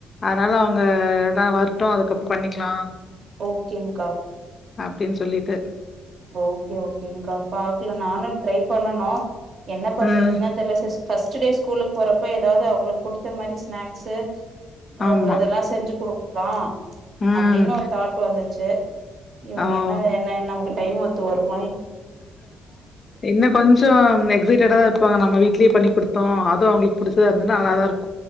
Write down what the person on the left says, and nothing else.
அதனால அவுங்க எல்லா வருட்டு அதுக்கப்புற பண்ணிக்லா
அப்டின் சொல்லிட்டு
ம்.
ஆமா.
ம்.
ஓ.
இன்ன கொஞ்சோ எக்சைட்டடா இருப்பாங்க நம்ம வீட்லியே பண்ணிகுடுத் த்தூ அது அவுங்களுக் புடிச்சதா இருந்துனா நல்லதாருக்